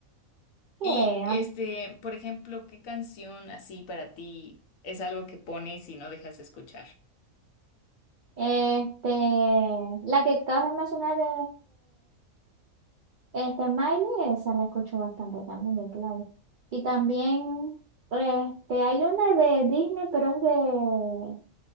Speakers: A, on the right; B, on the left.
A: Sí,
B: Y
A: a
B: este, por ejemplo, ¿qué canción así para ti es algo que pones y no dejas de escuchar?
A: Este, la que acabas de mencionar de este Miley, esa la escucho bastante también de Claudio. Y también, este, hay una de Disney, pero es de